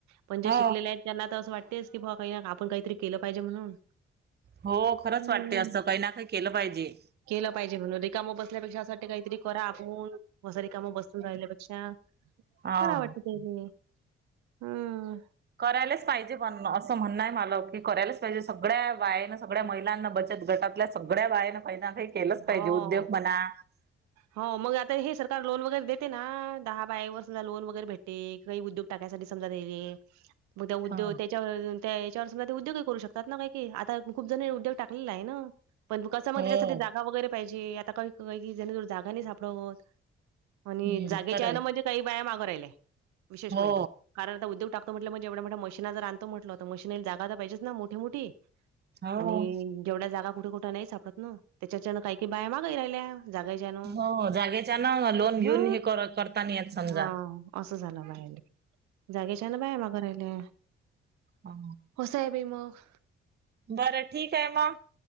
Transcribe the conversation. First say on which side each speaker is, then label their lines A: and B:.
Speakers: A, on the right; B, on the right.
A: पण जे
B: हो.
A: शिकलेले आहेत. त्यांना तर असं वाटतेच की, बुवा काही आपण काहीतरी केलं पाहिजे म्हणून,
B: हो. खरंच
A: हम्म
B: वाटते असं. काही ना काही केलं पाहीजे.
A: केलं पाहिजे म्हणून. रिकाम बसल्यापेक्षा अस वाटते काइतरी करा आपून. हो. सारी काम बसुन राहिल्यापेक्षा.
B: हा.
A: कराव वाटत तेसनी. हम्.
B: करायलाच पाईजे पण मग अस. असं म्हणणं मला की करायलाच पाहिजे. सगळ्या बायानं सगळ्या महिलांना बचत गटातल्या सगळ्या बायानं काही ना काही केलंच पाहिजे
A: हो.
B: उद्योग म्हणा <inaudible>
A: हो मग आता हे सरकार लोन वगैरे देते ना. दहा बाया वर सुदा लोन वगैरे भेटते. काही उद्योग टाकण्यासाठी समजा देणे. मग त्या उद्योगं
B: हा
A: त्या त्या हेच्यावर सुद्दा उद्योगही करू शकतात ना. काही काही आता खूप जण उद्योग टाकलेल हाय ना. पण कसं म
B: हो
A: तेज्यासाठी जागा वगैरे पाहीजे. आता का काही जण जागा नाही सापडत. आणि
B: हम्म
A: जागेच्या
B: खरंय
A: हेन म्हणजे काई बाया मागं राहिल्या विशेष
B: हो
A: म्हणजे. कारण आता उद्योग टाकतो म्हटल म्हणजे, एवढ्या मोठ्या मशिना जर आणतो म्हटल, तर मशीनीला जागा तर पाहिजे ना मोठी मोठी.
B: हो
A: आणि जेवड्या जागा कुट कुट नाही सापडत ना. त्याच्याच्यान काइ काइ बाया मागइ राहिल्या. जागा हायच्यान
B: हो जागेच्या ना लोन घेऊन
A: ह
B: हे करताना येत समजा
A: हा. असं झालं बायाले, जागेच्या ना बाय माग राहिले.
B: आहा
A: कसंय बाई मग?
B: बरं ठीक हाय मग?